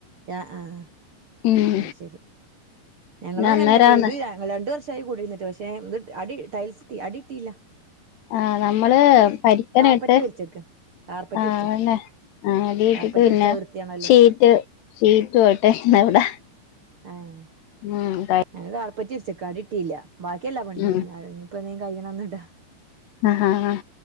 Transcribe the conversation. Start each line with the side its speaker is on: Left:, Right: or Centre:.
Right: ആ ആഹ്
Left: ഉം
Right: ശരി ഞങ്ങളുംഅങ്ങന്നെ
Left: പിന്നെ അന്നേരാന്ന്
Right: വീട്. രണ്ടു വർഷായി കൂടിയിര്ന്ന്ട്ട് പക്ഷേ അടി ടൈൽസ് അടിട്ടീല്യ.
Left: ആഹ് നമ്മള് പരിക്കനും
Right: കാർപ്പറ്റ്
Left: ട്ട്.
Right: വിരിച്ചേക്ക കാർപ്പറ്റ്
Left: ആഹ്
Right: വിരിച്ചേക്ക
Left: അങ്ങന്നെ അടിട്ട്ട്ട്
Right: കാർപ്പറ്റ്
Left: പിന്നെ
Right: വിരിച്ചാ വൃത്തിയാണല്ലോ
Left: ഷീ റ്റ് ഷീറ്റൂട്ട് പിന്നവടെ.
Right: അ ഏഹ്
Left: മം.
Right: ഞങ്ങൾ കാർപെറ്റ് വിര്ച്ചക്കാ അടിട്ടീല്യ ബാക്കിഎല്ലാ പണിം
Left: ഉം
Right: കഴിഞ്ഞ ഇഞ്ഞിപ്പം കയ്യ്ണന്ന് ടാ
Left: ആഹ് ആഹ് ആഹ്